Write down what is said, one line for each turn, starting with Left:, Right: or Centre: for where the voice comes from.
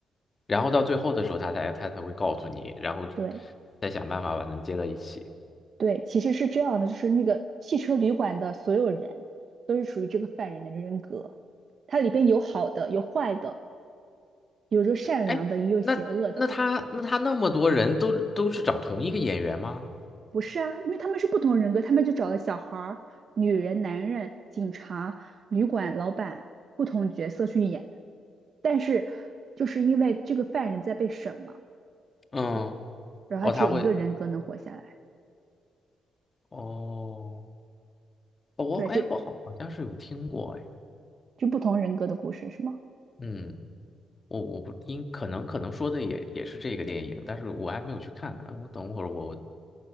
Left: 然后到最后的时候，他才他才会告诉你，然后
Right: 对
Left: 再想办法把他们接到一起。
Right: 对，其实是这样的，就是那个汽车旅馆的所有人都是属于这个犯人的人格，它里边有好的，有坏的，有着善良的，
Left: 哎，
Right: 也有邪恶的。
Left: 那那他那他那么多人都都是找同一个演员吗？
Right: 不是啊，因为他们是不同人格，他们就找了小孩儿、女人、男人、警察、旅馆老板不同角色去演，但是就是因为这个犯人在被审嘛，
Left: 嗯，
Right: 对吧然后他只有一个人格能活下来，
Left: 哦，他会，哦，哦，我哎，
Right: 对，这
Left: 我好好像是有听过，哎，
Right: 就不同人格的故事是吗？
Left: 嗯，我我不应可能可能说的也也是这个电影，但是我还没有去看呢。哎我等会儿我